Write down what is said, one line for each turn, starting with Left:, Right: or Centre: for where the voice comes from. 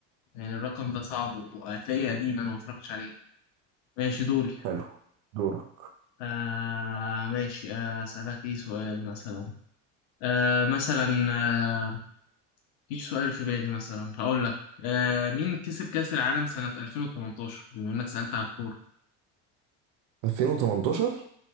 Left: يعني الرقم ده صعب وهتلاقيه قديم انا ما اتفرجتش عليه ماشي دوري
Right: حلو دورك
Left: آه ماشي آه، اسالك ايه سؤال مثلا آه مثلا آه مفيش سؤال في بالي مثلا هقول لك آه مين كسب كاس العالم سنه 2018 بما انك سالت على الكوره
Right: 2018